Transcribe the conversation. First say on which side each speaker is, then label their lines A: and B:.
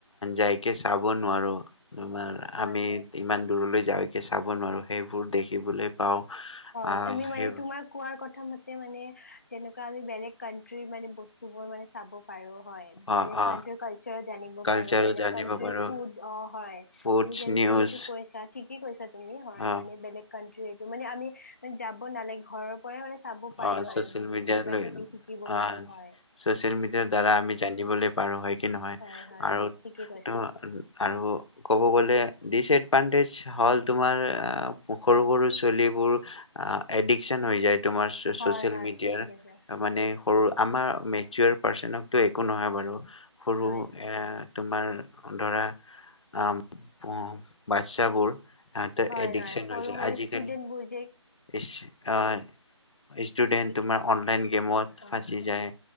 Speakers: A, on the left (about 75°); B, on the left (about 30°).
A: যাইকে চাব নোৱাৰো আমাৰ
B: হয়
A: আমি
B: হয়
A: ইমান দূৰলৈ যাওঁ চাব নোৱাৰোঁ সেইবোৰ দেখিবলৈ পাওঁ
B: হয়
A: আহ
B: তুমি মানে
A: সেই
B: তোমাৰ কোৱাৰ কথা মতে মানে তেনেকুৱা আমি বেলেগ কানট্ৰিৰ মানে বস্তু বোৰ মানে চাব পাৰো হয়
A: অ
B: বেলেগ
A: অ
B: কাউন্ট্ৰীৰ কালছাৰো জানিব
A: কালচাৰো
B: পাৰোঁ বেলেগ
A: জানিব
B: কাউন্ট্ৰীৰ
A: পাৰো
B: ফুদ অ হয়
A: ফুডছ
B: তুমি
A: নিউজ
B: যিহেতু কৈছা ঠিকে কৈছা তুমি হয়
A: অ
B: মানে বেলেগ কাউন্ট্ৰীৰ সেইটো মানে আমি যাব নেলাগে ঘৰৰ পৰাই মানে চাব পাৰো
A: অ চচিয়েল
B: আৰু বহুত
A: মিডিয়া
B: কিবা
A: লৈ
B: কিবি শিকিব
A: আহ
B: পাৰো হয়
A: চচিয়েল মিডিয়াৰ দ্বাৰা
B: হয়
A: আমি জানিবলৈ পাৰো হয় কি নহয়
B: হয় হয়
A: আৰু
B: ঠিকেই কৈছা
A: ত আৰু ক'ব গলে ডিচএডভানটেজ হ'ল তোমাৰ সৰু সৰু ছোৱালিবোৰ এডিকচন হৈ যায় তোমাৰ। চচিয়েল
B: হয় হয়
A: মিডিয়াৰ
B: ঠিকেই কৈছা
A: মানে সৰু আমাৰ <unintelligible> পাৰ্চনকো একো নহয় বাৰু। সৰু
B: হয় হয়
A: এ তোমাৰ ধৰা আ উ বাচ্ছাবোৰ সিহঁতৰ
B: হয়
A: এডিকচন
B: হয় সৰু
A: হৈ যায়
B: সৰু
A: আজিকালি
B: ষ্টুডেট বোৰ
A: ষ্টুডেন্ট
B: ঠিকে
A: তোমাৰ
B: কৈছা
A: অনলাইন গেমত
B: হয়
A: ফাঁচি যায়